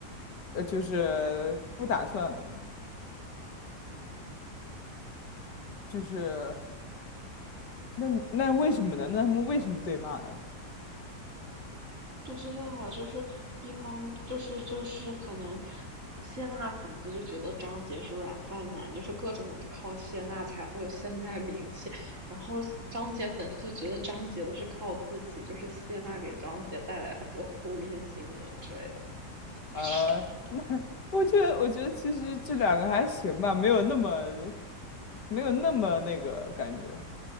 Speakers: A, on the left; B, on the right.
A: 呃，就是不打算了呢就是那你那为什么呢？那他们为什么对骂呢？
B: 不知道啊，就是一方就是就是可能谢娜粉丝就觉得张杰是软饭男，就是各种靠谢娜才会有现在名气，然后张杰粉丝就觉得张杰都是靠自己，就是谢娜给张杰带来很多负面新闻之类的，不知道。
A: 啊，那 <laughs> 我觉得，我觉得其实这两个还行吧，没有那么没有那么那个感觉，